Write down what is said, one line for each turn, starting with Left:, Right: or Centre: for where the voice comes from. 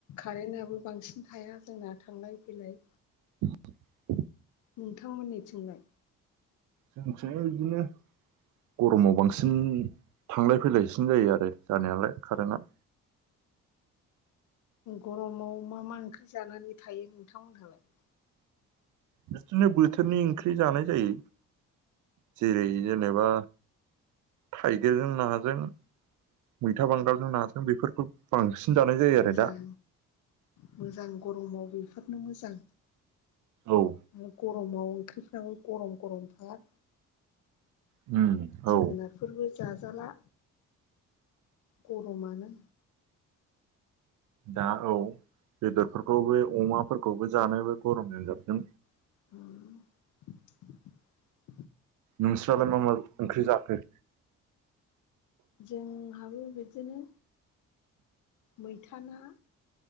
Left: कारेन्टआबो बांसिन थाया जोंना थांलाय फैलाय
Right: <inaudible>
Left: नोंथांमोननिथिंलाय
Right: जोंसो इदिनो गरमाव बांसिन थांलाय फैलायसिन जायो आरो जानायालाय कारेन्टआ
Left: गरमाव मा मा ओंख्रि जानानै थायो नोंथांमोनहालाय
Right: बिदिनो बोथोरनि ओंख्रि जानाय जायो जेरै जेनेबा थाइगिरजों नाजों, मैथा बांगालजों नाजों बेफोरखौ बांसिन जानाय जायो
Left: मोजां
Right: आरो दा
Left: मोजां गरमाव बेफोरनो मोजां
Right: औ
Left: आरो गरमाव ओंख्रिफ्राबो गरम गरमथार।
Right: उम औ
Left: जोगोनारफोरबो जाजाला गरमानो
Right: दा औ बेदरफोरखौबो अमाफोरखौबो जानोबो गरमजों जाबजों
Left: उम
Right: नोंस्रालाय मा मा ओंख्रि जाखो?
Left: जोंहाबो बिदिनो मैथा ना।